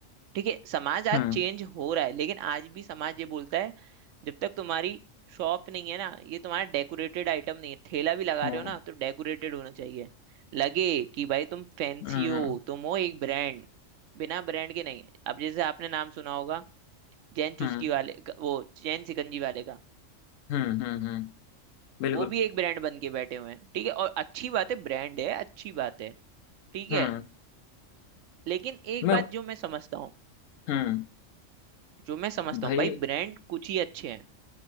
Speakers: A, on the right (about 75°); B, on the left (about 80°).
A: ठीक है समाज आज
B: हम्म
A: चेंज हो रहा है लेकिन आज भी समाज ये बोलता है जब तक तुम्हारी शॉप नहीं है ना ये तुम्हारा डेकोरेटेड आइटम नहीं है ठेला भी लगा
B: हम्म
A: रहे हो ना तो डेकोरेटेड होना चाहिए लगे कि भाई तुम फैंसी
B: हम्म
A: हो तुम हो एक ब्रांड बिना ब्रांड के नहीं अब जैसे आपने नाम सुना होगा जैन चुस्की
B: हम्म
A: वाले का- वो जैन सिकंजी वाले का
B: हम्म हम्म हम्म, बिल्कुल
A: वो भी एक ब्रांड बन के बैठे हुए हैं ठीक है और अच्छी बात है ब्रांड है अच्छी बात है ठीक
B: हम्म
A: है लेकिन एक
B: मैं
A: बात जो मैं समझता हूँ
B: हम्म
A: जो मैं समझता
B: भाई
A: हूँ भाई ब्रांड कुछ ही अच्छे हैं